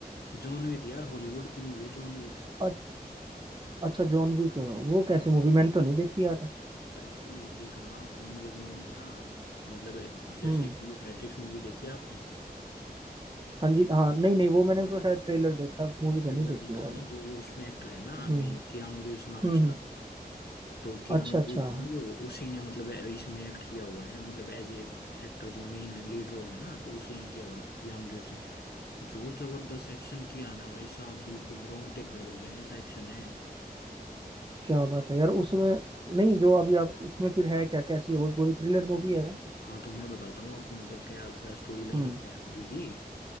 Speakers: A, on the left; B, on the right.
A: जॉन विक यार हॉलीवुड की मूवी है जॉन विक
B: अ- अच्छा जॉन विक वो
A: हाँ
B: कैसी
A: जॉन
B: मूवी मैंने
A: विक
B: तो नहीं देखी यार
A: अरे भाई देखना आप जॉन विक मूवी में ना मतलब जैसे
B: हम्म
A: एक मैट्रिक्स मूवी देखी है आपने
B: हाँ जी हाँ नहीं नहीं वो मैंने उसका शायद ट्रेलर देखा मूवी तो
A: ट्रेलर
B: नहीं देखी
A: देखा
B: वो वाली
A: ना जो वो उसमें एक्टर है ना
B: हम्म
A: मेन कियानू रीव्स नाम
B: हम्म
A: उसका
B: हम्म,
A: तो कियानो
B: अच्छा अच्छा
A: रीव्स ना जो उसी ने मतलब ए- इसमें एक्ट किया हुआ है मतलब एज ए एक्टर जो मेन है लीड रोल है ना तो उसी ने किया हुआ है कियानो रीव्स ने जो जबरदस्त एक्शन किया है ना भाई साहब बिल्कुल रोंगटे खड़े हो जाए ऐसा एक्शन है
B: क्या बात है यार उसमें नहीं जो अभी आप उसमें फिर है क्या कैसी है वो पूरी थ्रिलर मूवी
A: मतलब-
B: है
A: हाँ तो मैं बताता हूँ आपको मतलब क्या क्या स्टोरी लाइन
B: हम्म
A: अब क्या है मूवी की